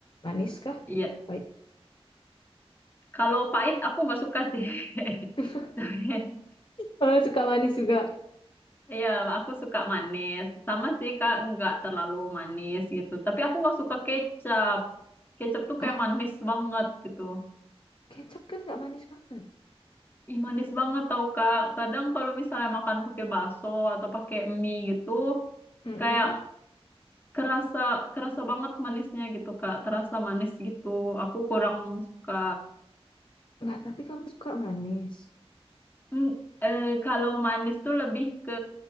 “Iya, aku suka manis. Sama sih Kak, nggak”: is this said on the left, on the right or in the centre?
Left